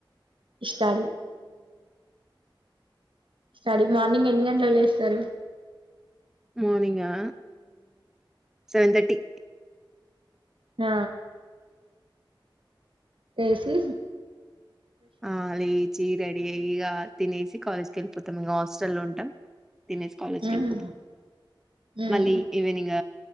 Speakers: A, on the right; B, in the centre.
A: ఇస్తారు సడీ మార్నింగ్ ఎన్ని గంటలలకు లేస్తారు
B: మార్నింగ ఆ సెవెన్ థర్టీ
A: ఆ కేసీ
B: ఆ లేచి రెడీ అయ్యి ఇక తినేసి కాలేజ్కి వెళ్ళిపోతాం ఇంకా హాస్టల్లో లో ఉంటాం తినేసి కాలేజ్కి
A: హ్మ్.
B: వెళ్ళిపోతం
A: హ్మ్.
B: మళ్ళీ ఈవినింగ్